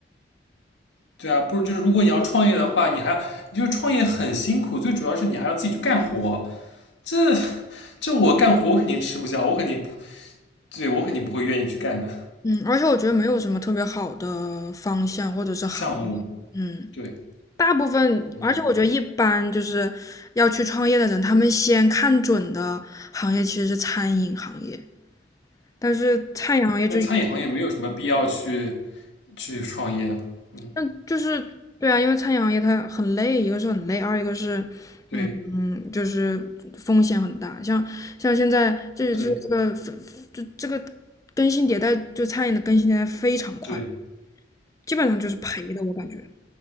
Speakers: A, on the left (about 85°); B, on the left (about 20°).
A: 对啊，不是，就是如果你要创业的话，你还你就是创业很辛苦，最主要是你还要自己去干活，这这我干活我肯定吃不消，我肯定不对我肯定不会愿意去干的
B: 嗯，而且我觉得没有什么特别好的方向或者是行业。
A: 项目。
B: 嗯。
A: 对，
B: 大部分，
A: 嗯，
B: 而且我觉得一般就是要去创业的人，他们先看准的行业其实是餐饮行业，但是餐饮行业就，
A: 那餐饮行业没有什么必要去去创业。嗯，
B: 但就是对啊，因为餐饮行业它很累，一个是很累，二一个是，嗯嗯，
A: 对
B: 就是风险很大。像像现在这这这个
A: 对
B: 就这个更新迭代，就餐饮的更新迭代非常快，
A: 对，
B: 基本上就是赔的，我感觉。